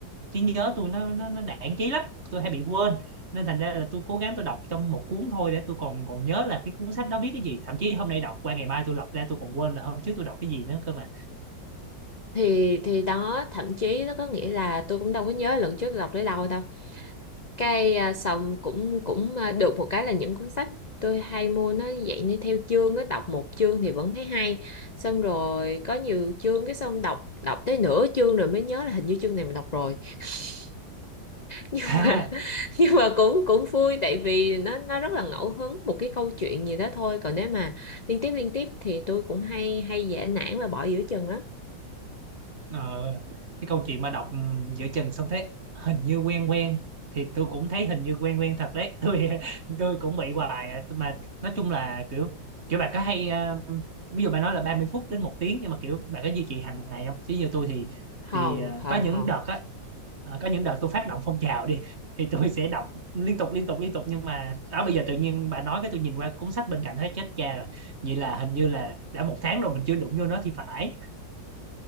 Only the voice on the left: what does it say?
thì thì đó thậm chí nó có nghĩa là tôi cũng đâu có nhớ lần trước tôi đọc tới đâu đâu cái à, xong cũng cũng à, được một cái là những cuốn sách tôi hay mua nó dạng như theo chương á đọc một chương thì vẫn thấy hay xong rồi có nhiều chương cái xong đọc đọc tới nửa chương rồi mới nhớ là hình như chương này mình đọc rồi <laughs> nhưng
mà nhưng mà cũng cũng vui tại vì nó nó rất là ngẫu hứng một cái câu chuyện gì đó thôi còn nếu mà liên tiếp liên tiếp thì tôi cũng hay hay dễ nản và bỏ giữa chừng lắm
không
không
không